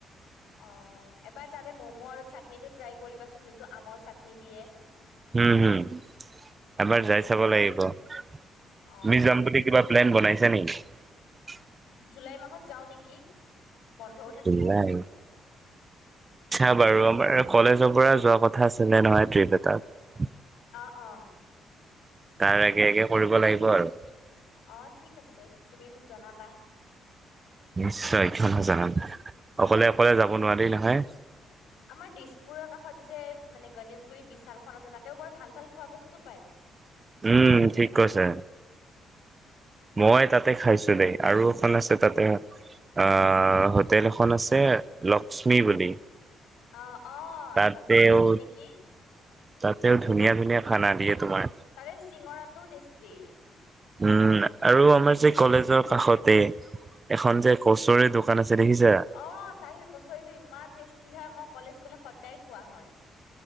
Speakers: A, on the left (about 85°); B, on the right (about 30°).
A: অহ 'এবাৰ তাৰে মম আৰু চাটনিটো ট্ৰাই কৰিবাচোন যোনটো আমৰ চাটনি দিয়ে।
B: হম- হম এবাৰ
A: বৰ
B: যাই
A: টেষ্টি
B: চাব
A: হয়
B: লাগিব তুমি
A: অ
B: যাম বুলি কিবা প্লেন বনাইছে নেকি?
A: জুলাই মাহত যাওঁ নেকি? বন্ধও থাকিব
B: জুলাই চাও বাৰু আমাৰ কলেজৰ পৰা যোৱা কথা আছিলে নহয় ট্ৰিপ এটাত।
A: অহ- অহ
B: তাৰ আগে - আগে কৰিব লাগিব আৰু।
A: অহ ' ঠিক আছে তুমি মোক জনাবা।
B: নিশ্চয় কিয় নযনাম অকলে -অকলে যাব নোৱাৰি নহয়।
A: আমাৰ দিছপুৰৰ কাষত যে মানে গণেশগুৰি বিশালখন আছে তাতেও বৰ ভাল- ভাল খোৱা বস্তু পায়।
B: উম ঠিক কৈছে।
A: হল <unintelligible>
B: মই তাতে খাইছো দেই আৰু এখন আছে তাতে আহ' হোটেল এখন আছে লক্ষ্মী বুলি।
A: অহ - অহ
B: তাতেও
A: লক্ষ্মী কেবিন নেকি?
B: তাতেও ধুনীয়া- ধুনীয়া খানা দিয়ে তোমাৰ।
A: তাৰে চিঙৰাটো টেষ্টি।
B: উম আৰু আমাৰ যে কলেজৰ কাষতে এখন যে কচৰি দোকান আছে। দেখিছা?
A: অহ ' তাৰে কচৰিতটো ইমান টেষ্টি হয় মোক কলেজ গলে সদায় খোৱা হয়।